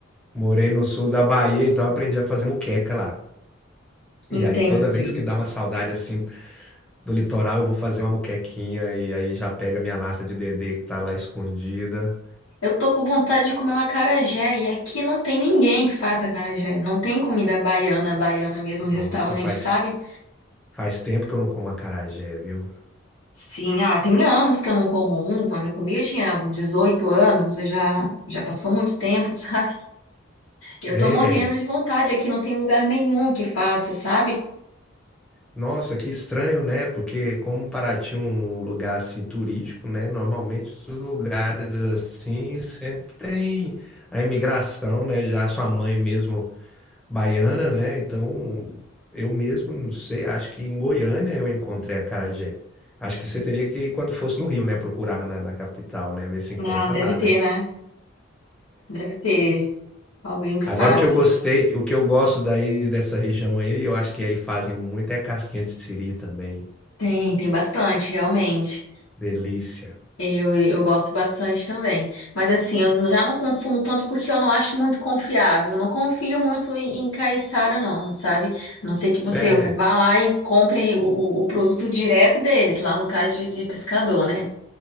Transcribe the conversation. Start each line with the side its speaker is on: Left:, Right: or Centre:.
Centre: Morei no sul da Bahia, então eu aprendi a fazer muqueca lá. E
Left: Entendi.
Centre: aí toda vez que dá uma saudade assim do litoral, eu vou fazer uma muquequinha e aí já pega minha lata de dendê que tá lá escondida.
Left: Eu tô com vontade de comer um acarajé e aqui não tem ninguém que faça acarajé. Não tem comida baiana, baiana mesmo,
Centre: Nossa,
Left: restaurante,
Centre: faz,
Left: sabe?
Centre: faz tempo que eu não como acarajé, viu?
Left: Sim, ah, tem anos que eu não como um. Quando eu comi, eu tinha 18 anos, eu já, já passou muito tempo, <laughs> sabe? Eu
Centre: É.
Left: tô morrendo de vontade. Aqui não tem lugar nenhum que faça, sabe?
Centre: Nossa, que estranho, né? Porque como Paraty é um lugar assim turístico, né? Normalmente os lugares assim sempre tem a imigração, né? Já sua mãe mesmo baiana, né? Então eu mesmo, não sei, acho que em Goiânia eu encontrei a acarajé. Acho que você teria que, quando fosse no Rio, né? Procurar na, na capital, né? Ver se encontra
Left: Ah, deve
Centre: lá, né?
Left: ter, né? Deve ter alguém que faça.
Centre: Agora o que eu gostei, o que eu gosto daí dessa região aí, eu acho que aí fazem muito é casquinha de siri também.
Left: Tem, tem bastante, realmente.
Centre: Delícia.
Left: Eu, eu gosto bastante também. Mas assim, eu já não consumo tanto porque eu não acho muito confiável. Eu não confio muito em, em caiçara, não, sabe? A não ser que você
Centre: Sério.
Left: vá lá e compre o, o- o produto direto deles, lá no caso de, de pescador, né?